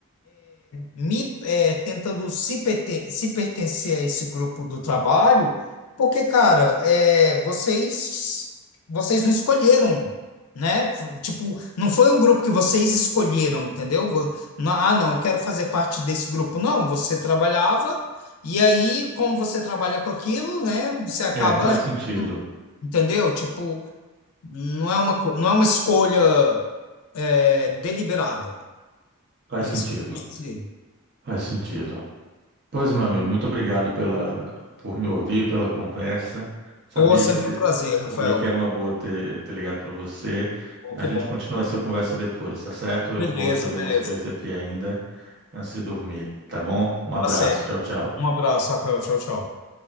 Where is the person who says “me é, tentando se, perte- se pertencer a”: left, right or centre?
Left